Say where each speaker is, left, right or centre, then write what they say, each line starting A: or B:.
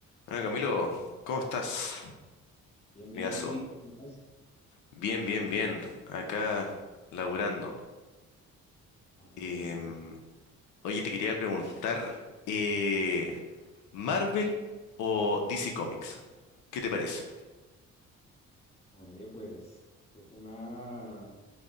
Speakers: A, on the left; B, on the left.
A: Bueno, Camilo, ¿cómo estás,
B: Bien, bien,
A: amigazo?
B: ¿y tú, Nico? ¿Cómo estás?
A: Bien, bien, bien. Acá laburando.
B: Ah,
A: Em,
B: qué bueno.
A: oye, te quería preguntar, eh, ¿Marvel o DC Comics? ¿Qué te parece?
B: Oye, pues es una,